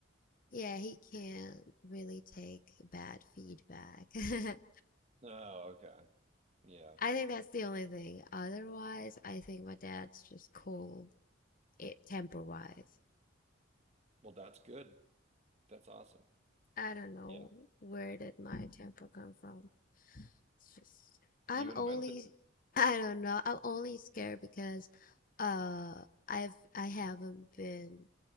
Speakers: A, on the left; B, on the right.
A: Yeah, he can't really take bad feedback. <laughs>
B: Oh, okay. Yeah.
A: I think that's the only thing. Otherwise, I think my dad's just cold, it temper-wise.
B: Well, that's good. That's awesome.
A: I don't know
B: Yeah.
A: where did my temper come from. It's just I'm
B: You invented
A: only <laughs> I don't know. I'm only scared because uh I've I haven't been